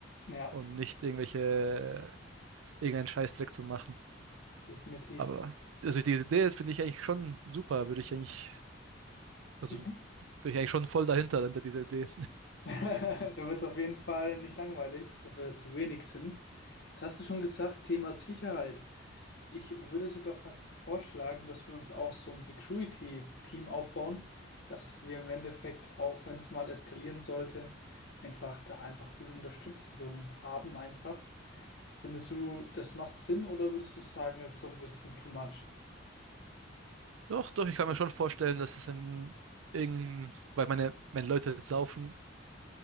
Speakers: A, on the left; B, on the right.
A: Ja,
B: und nicht irgendwelche, irgendeinen Scheißdreck zu machen.
A: definitiv.
B: Aber also diese Idee finde ich eigentlich schon super, würde ich eigentlich, also
A: <laughs>
B: bin ich eigentlich schon voll dahinter, hinter dieser Idee.
A: Da wird es auf jeden Fall nicht langweilig, dass wir zu wenig sind. Jetzt hast du schon gesagt, Thema Sicherheit. Ich würde sogar fast vorschlagen, dass wir uns auch so ein Security-Team aufbauen, dass wir im Endeffekt, auch wenn es mal eskalieren sollte, einfach da einfach gute Unterstützung haben einfach. Findest du, das macht Sinn oder würdest du sagen, es ist so ein bisschen too much?
B: Doch, doch, ich kann mir schon vorstellen, dass es in, in, weil meine, wenn Leute saufen,